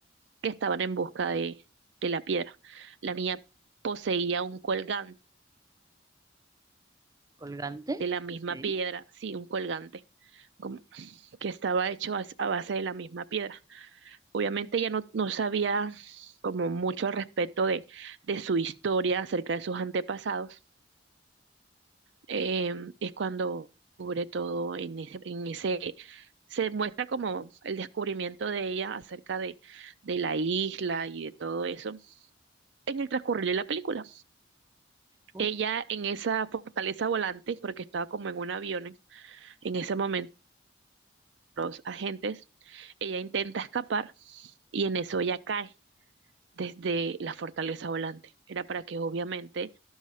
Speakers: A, on the right; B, on the right.
A: que estaban en busca de, de la piedra. La niña poseía un colgante
B: Colgante.
A: de la misma
B: Ok.
A: piedra, sí, un colgante como- que estaba hecho a, a base de la misma piedra. Obviamente ella no, no sabía como mucho al respecto de, de su historia acerca de sus antepasados, eh, es cuando cubre todo en ese, en ese, se muestra como el descubrimiento de ella acerca de, de la isla y de todo eso en el transcurrir de la película.
B: ok.
A: Ella en esa fortaleza volante, porque estaba como en un avión en ese momento, los agentes, ella intenta escapar y en eso ella cae desde la fortaleza volante. Era para que obviamente